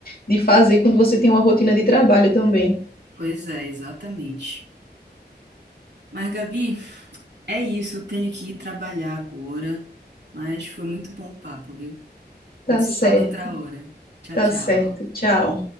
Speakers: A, on the left; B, on the right.
A: de fazer quando você tem uma rotina de trabalho também.
B: Pois é, exatamente. Mas, Gabi, é isso, eu tenho que ir trabalhar agora, mas foi muito bom o papo, viu?
A: Tá
B: A gente se
A: certo,
B: fala outra hora. Tchau,
A: tá
B: tchau.
A: certo. Tchau.